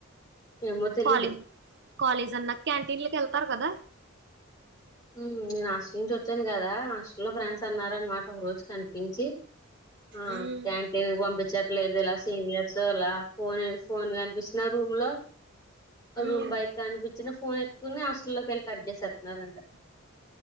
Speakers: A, on the left (about 20°); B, on the right (about 60°).
A: ఏమో తెలీదు
B: కాలేజ్ కాలేజ్ అన్నాక క్యాంటీన్ లోకి వెళ్తారు కదా
A: మ్ నేను హాస్టల్ నుంచి వచ్చాను కదా హాస్టల్ లో ఫ్రెండ్స్ అన్నారనమాట ఒక రోజు కనిపించి ఆ
B: ఉమ్
A: క్యాంటీన్కి పంపించట్లేదు ఇలా సీనియర్స్ అలా ఫోనే ఫోన్ కనిపించిన రూమ్లో రూమ్
B: ఉమ్
A: బయట కనిపించిన ఫోనేత్ కునే హాస్టల్లోకి వెళ్ళి కట్ చేసేస్తున్నారంట